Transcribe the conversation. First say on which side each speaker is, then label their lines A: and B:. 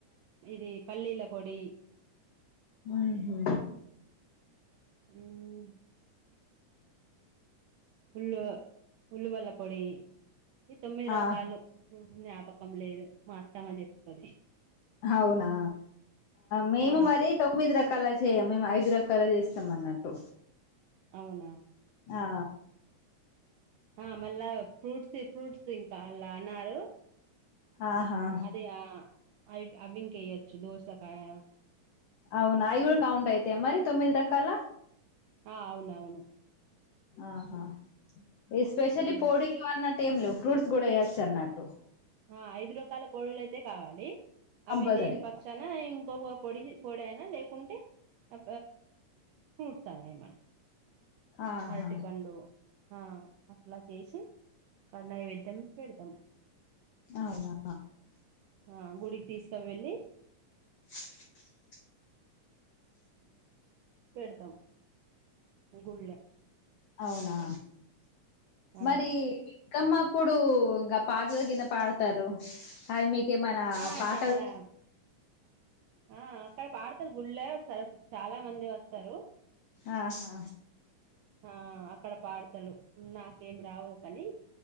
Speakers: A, on the right; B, on the left.
A: ఇది పల్లీల పొడి
B: ఉహు
A: హ్మ్మ్ ఉల్ ఉల్లువల్ల పొడి ఈ తొమ్మిది
B: ఆ
A: రకాలు జ్ఞాపకం లేదు మా అత్తమ్మ చెప్తది
B: అవునా మేము
A: ఆ
B: మరి తొమ్మిది రక రకాల చేయ్య మేము ఐదు రకాల చేస్తాం అన్నట్టు
A: అవునా
B: ఆ
A: ఆ మళ్ళా ఫ్రూట్స్ ఫ్రూట్స్ ఇంకా అలా అన్నారు
B: ఆహా
A: అదయ అవి అవింకయొచ్చు దోశకాయ
B: అవునా అవి కూడా అయితయ కౌంట్ అయితే మరి తొమ్మిది రకాల
A: ఆ అవునవును
B: ఆహా ఎస్పెషలీ
A: ఆ
B: పొడింమన్న టైం లో ఫ్రూట్స్ కూడా ఏయోచ్చన్నాట్టు
A: ఆ ఐదు రకాల పొడులు అయితే కావాలి
B: కంపల్సరీ
A: అవి లేని పక్షాన ఇంకొక పొడి పొడి అయినా లేక్ కుంటే ఆ ఫ్రూట్స్ అన్న ఏమన్నా
B: ఆహా
A: అరటి పండు ఆ అట్లా చేసి క్కడ నైవేద్యం పెడతాం
B: అవునా
A: ఆ గుడికి తీసుక వెళ్ళి
B: <inaudible>
A: పెడుతాం గుళ్ళే
B: అవునా
A: ఆ
B: మరి కమ్మ అప్పుడు గా పాటలు గిన పాడుతారు అది మీక్ కే మన
A: ఆ
B: పాటలు
A: చాలా ఆ అక్కడ పాడతారు గుళ్ళ సర్ చాలా మంది వస్తారు
B: ఆహా
A: ఆ అక్కడ పాడతలు నాకేం రావు కాని